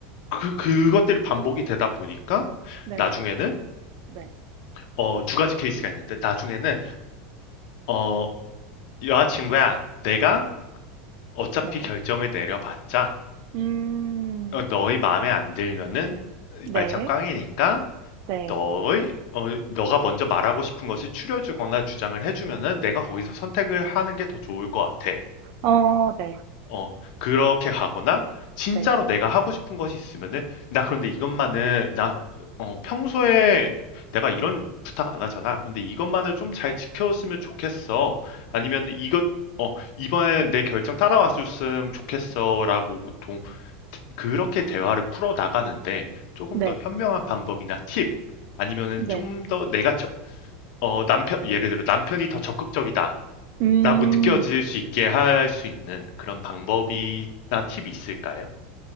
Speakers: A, on the left; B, on the right.
A: 그, 그것들이 반복이 되다 보니까,
B: 네,
A: 나중에는,
B: 네,
A: 어, 두 가지 케이스가 있는데, 나중에는, 어, 여자친구야, 내가 어차피
B: 네.
A: 결정을 내려봤자,
B: 음,
A: 어, 너희 마음에 안 들면은,
B: 네,
A: 말짱 꽝이니까,
B: 네.
A: 너의 어, 너가 먼저 말하고 싶은 것을 추려 주거나 주장을 해 주면은 내가 거기서 선택을 하는 게 더 좋을 것 같아.
B: 어, 네,
A: 어, 그렇게 가거나 진짜로
B: 네,
A: 내가 하고 싶은 것이 있으면은 나 그런데 이것만은 나 어, 평소에 내가 이런 부탁 안 하잖아. 근데 이것만을 좀 잘 지켜줬으면 좋겠어. 아니면 이것 어, 이번에 내 결정 따라와 줬으면 좋겠어라고 보통 그렇게 대화를 풀어 나가는데 조금
B: 네,
A: 더 현명한 방법이나 팁 아니면은
B: 네.
A: 좀 더 내가 저- 어, 남편 예를 들어 남편이 더 적극적이다.
B: 음,
A: 라고 느껴질 수 있게 할 수 있는 그런 방법이나 팁이 있을까요?